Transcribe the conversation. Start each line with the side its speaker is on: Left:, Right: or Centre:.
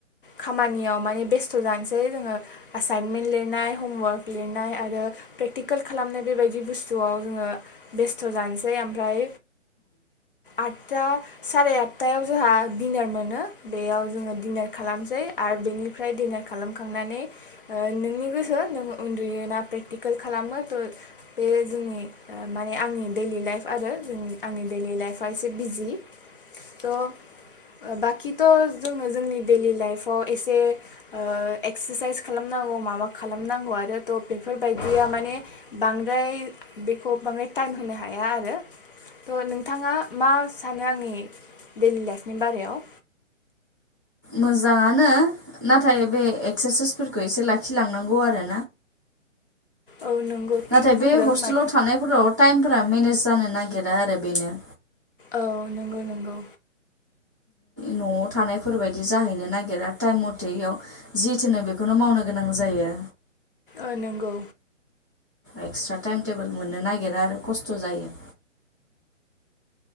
Left: खामानियाव माने बेस्थ' जानोसै जोङो एाइनमेन्ट लिरनाय हमवार्क लिरनाय आरो प्रेकटिकेल खालामनाय बेबायदि बुस्थुआव जोङो बेस्थ' जानोसै ओमफ्राय आदथा साराय आट टायाव जोंहा डिनार मोनो बेयाव जोङो दिनार खालामसै आरो। बेनिफ्राय दिडिनार खालामखांनानै ओ नोंनि गोसो नों उन्दुयोना प्रेकटिकेल खालामो थ' बेयो जोंनि आंनि प्रेकटिकेल लाइफ आरो आंनि दैडलि लाइफआ एसे बिजि थ ओ बाख थ' जोङो जोंनि दैडेलि लाइफआव एसेओ एक्साइससास माबा खालामनांगौ आरो‌ थ' बे बेफोरबायदिया माने बांद्राय बेखौ बाङाय टाइम होनो हाया आरो थ' नोंथाङा मा सानो आंनि बे डैलि लाइफनि बागैआव
Right: मोजाङानो नाथाय बे एक्सारसाइफोरखौ लाखि लांनांगौ आरो
Left: औ नंगौ
Right: नाथाय
Left: थिग बुंदों
Right: बे हस्टेलाव
Left: मा
Right: थानायफोराव टाइमफोरा मेनेज जानो नागिरा आरो बेनो।
Left: औ नंगौ नंगौ।
Right: न'आव थानायफोरबायदि जाहैनो नागिरा टाइम मथेयाव जि थोनो बेखौनो मावनो गोनां जायो।
Left: ओ नंगौ।
Right: एक्सट्रा टाइम टेबोल मोननो नागिरा आरो खस्त जायो